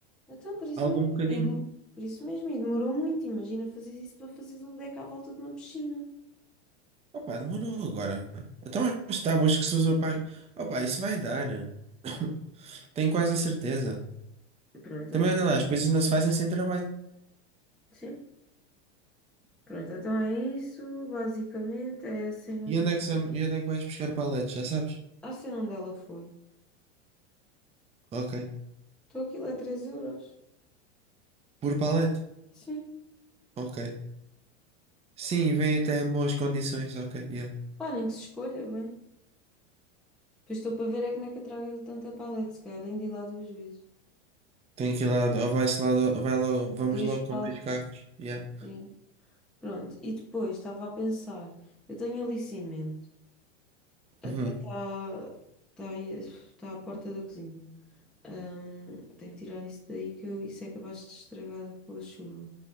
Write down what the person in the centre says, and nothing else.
então por isso
mesmo,
e, de- por isso mesmo, e demorou muito, imagina fazer isso para fazeres um deck à volta de uma piscina.
Pronto,
então,
sim, pronto, então é isso, basicamente é a cena
do,
a cena onde ela foi,
então aquilo é três euros,
sim,
pá, nem que se escolha, bem, depois estou para ver é como é que eu trago tanta paleta, se calhar tenho de ir lá duas vezes.
Ou dois
carros.
yeah. Pronto. E depois estava a pensar, eu tenho ali cimento. Até
está tá, tá aí- tá à porta da cozinha. Ahm, tenho que tirar isso daí que eu- isso é capaz de estragar com a chuva.